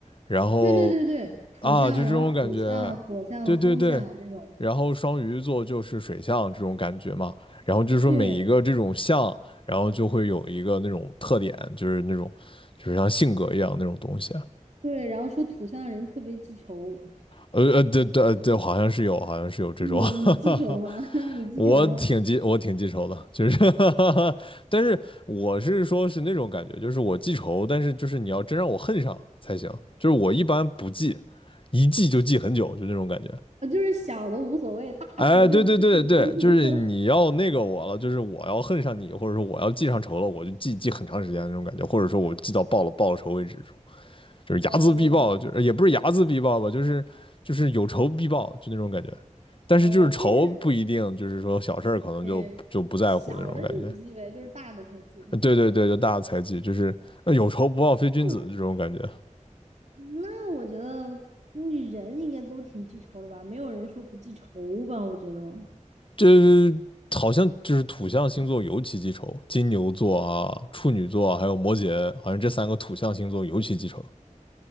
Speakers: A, on the left; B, on the right.
A: 然后
B: 对对对对，土象，
A: 啊，就这种感觉，
B: 然后水象、火象、
A: 对对对，
B: 风象这种，
A: 然后双鱼座就是水象这种感觉嘛，然后就是说每一个这种象，
B: 对
A: 然后就会有一个那种特点，就是那种就是像性格一样那种东西。
B: 对，然后说土象的人特别记仇，
A: 呃呃，对对呃对，好像是有，好像是有这种，
B: 你你记仇吗？
A: <laughs> 哈哈哈，
B: <laughs> 你记仇吗？
A: 我挺记，我挺记仇的，就是 <laughs> 但是我是说是那种感觉，就是我记仇，但是就是你要真让我恨上才行，就是我一般不记，一记就记很久，就那种感觉。
B: 啊，就是小的无所谓，大仇就记不清楚。
A: 哎，对对对对，就是你要那个我了，就是我要恨上你，或者说我要记上仇了，我就记记很长时间那种感觉，或者说我记到报了报了仇为止，
B: <laughs>
A: 就是睚眦必报，
B: 哦，
A: 就是也不是睚眦必报吧，就是就是有仇必报，就那种感觉。但是就是仇不一定，
B: 哦，就是，
A: 就是说小事儿可能就就不在乎那种感觉。
B: 嗯，小的就不记呗，就是大的才记。
A: 对对对，就大的猜忌，就是呃有仇不报非君子这种感觉。
B: 哦，那我觉得你人应该都挺记仇的吧？没有人说不记仇吧？我觉得。
A: 这好像就是土象星座尤其记仇，金牛座啊、处女座啊还有摩羯，好像这三个土象星座尤其记仇。